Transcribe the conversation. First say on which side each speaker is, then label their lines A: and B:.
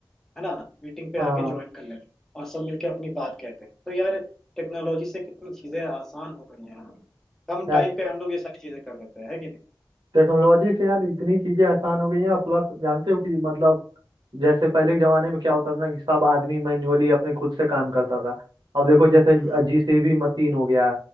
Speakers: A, in the centre; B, on the right.
A: है ना मीटिंग पे
B: हाँ
A: आके ज्वाइन कर लेते हैं और सब मिलके अपनी बात कहते हैं तो यार टेक्नोलॉजी से कितनी चीजें आसान हो गई हैं कम
B: यार
A: टाइम पे हम लोग ये सारी चीजें कर देते हैं है कि नहीं
B: टेक्नोलॉजी से यार इतनी चीजें आसान हो गई हैं प्लस जानते हो कि मतलब जैसे पहले के जमाने में क्या होता था ना कि सब आदमी मैन्युअली अपने खुद से काम करता था अब देखो जैसे
A: हम्म,
B: जेसीबी मशीन हो गया